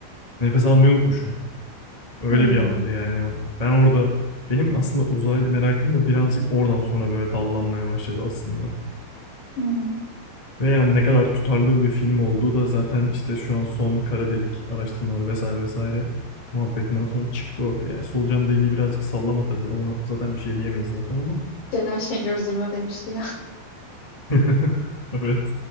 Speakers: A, on the left (about 15°); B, on the left (about 55°).
A: Nefes almayı unutmuşum. Öyle
B: Hmm.
A: bir andı yani. Ben orada benim aslında uzay merakım da birazcık oradan sonra böyle dallanmaya başladı aslında.
B: Hı hı.
A: Ve yani ne kadar tutarlı bir film olduğu da zaten işte şu an son kara delik araştırmaları vesaire vesaire muhabbetinden sonra çıktı ortaya. Yani solucan deliği birazcık sallama tabii. Onu zaten bir şey diyemeyiz zaten ama
B: Celal Şengör zırva demişti ya.
A: <laughs> Evet.